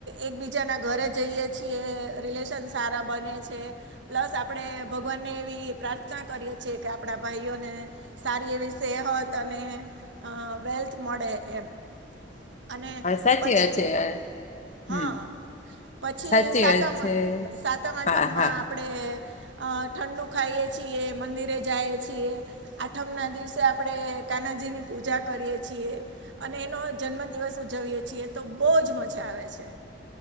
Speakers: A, on the right (about 85°); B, on the left (about 40°).
A: એકબીજાના જઈએ છીએ. રિલેશન સારા બને છે. પ્લસ આપણે ભગવાનને એવી પ્રાર્થના કરીએ છીએ કે આપડા ભાઈઓને સારી એવી સેહત અને, અ વેલ્થ મડે એમ, અને
B: હા સાચી
A: પછી
B: વાત છે
A: હા,
B: હમ
A: પછી
B: સાચી
A: સાતમ
B: વાત છે
A: સાતમ આઠમ
B: હા
A: માં
B: હા હા
A: આપણેે, અ ઠંડુ ખાઈએ છીએ મંદિરે જાએ છીએ, આઠમના દિવસે આપડે કાનાજીની પૂજા કરીએ છીએ અને એનો જન્મ, દિવસ ઉજવીએ છીએ તો બહુજ મજા આવે છે,